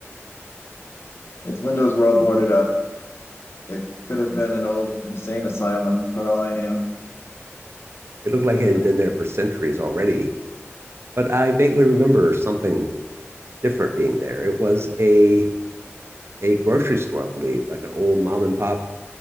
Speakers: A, on the left; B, on the right.
A: Its windows were all boarded up. It could have been an old insane asylum for all I knew.
B: It looked like
A: I Had
B: it had
A: the
B: been there for centuries already. But I vaguely remember something different being there. It was a a grocery store, I believe, like an old mom and pop